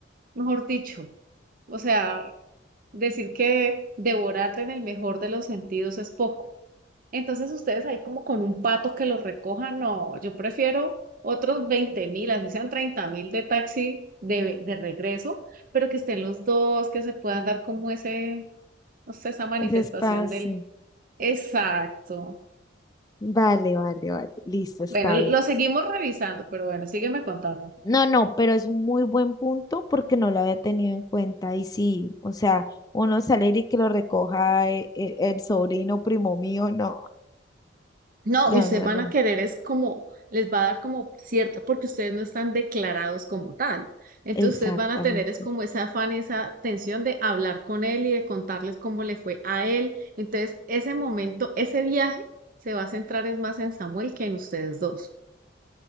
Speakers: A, on the right; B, on the left.
A: mejor dicho, o sea, decir que devorarte en el mejor de los sentidos es poco. Entonces ustedes ahí como con un pato que los recojan, no, yo prefiero otros veinte mil, así sean treinta mil de taxi de, de regreso, pero que estén los dos, que se puedan dar como ese, no sé, esa manifestación
B: Ese espacio.
A: del... Exacto.
B: Vale, vale, vale. Listo, está
A: Bueno, lo
B: bien.
A: seguimos revisando, pero bueno, sígueme contando.
B: No, no, pero es un muy buen punto porque no lo había tenido en cuenta. Y sí, o sea, uno salir y que lo recoja e- e- el, sobrino primo mío, no,
A: No,
B: no,
A: y ustedes
B: no,
A: van
B: no.
A: a querer, es como, les va a dar como cierta, porque ustedes no están declarados como tal. Entonces
B: Exactamente.
A: ustedes van a tener es como ese afán, esa tensión de hablar con él y de contarles cómo le fue a él. Entonces ese momento, ese viaje se va a centrar es más en Samuel que en ustedes dos.